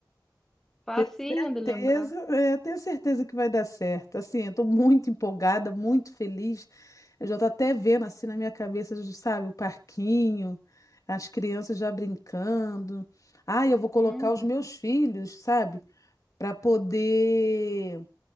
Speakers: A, in the centre; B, on the left (about 45°).
A: Facinho
B: Tenho certeza,
A: de lembrar.
B: é, tenho certeza que vai dar certo. Assim, eu tô muito empolgada, muito feliz. Eu já tô até vendo assim na minha cabeça, já sabe, o parquinho, as crianças já brincando. Ah, eu vou colocar
A: Hum,
B: os meus filhos, sabe, para poder